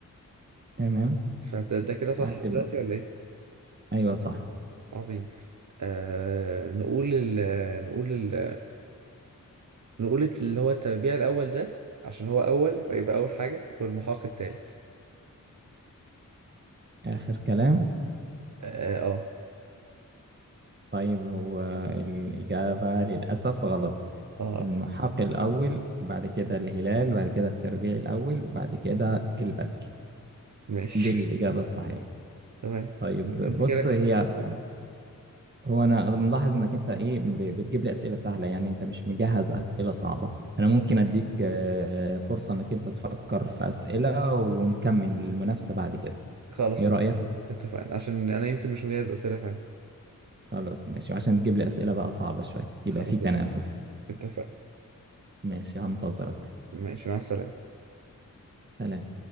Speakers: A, on the right (about 35°); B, on the right (about 60°).
A: تمام
B: فده ده كده صح
A: هتبقى
B: لحد دلوقتي ولا إيه؟
A: أيوة صح
B: عظيم آه نقول ال نقول ال نقول اللي هو التربيع الأول ده عشان هو أول فيبقى أول حاجة والمحاق التالت
A: آخر كلام
B: آه آه,
A: طيب هو الإجابة للأسف غلط
B: آه
A: المحاق الأول وبعد كده الهلال وبعد كده التربيع الأول وبعد كده البدر
B: ماشي
A: دي الإجابة الصحيحة
B: <laughs> تمام
A: طيب بص
B: أنت كده كسبت
A: هي
B: صح؟
A: هو أنا ملاحظ إنك أنت إيه ب- بتجيب لي أسئلة سهلة يعني أنت مش مجهز أسئلة صعبة أنا ممكن أديك آه، فرصة إنك أنت تفكر في أسئلة ونكمل المنافسة بعد كده
B: خلاص
A: إيه
B: اتفقنا
A: رأيك؟
B: اتفقنا عشان أنا يمكن مش مجهز أسئلة فعلا
A: خلاص ماشي وعشان تجيب لي أسئلة بقى صعبة شوية يبقى
B: خلاص
A: في تنافس
B: اتفقنا اتفقنا
A: ماشي هنتظرك
B: ماشي مع السلامة
A: سلام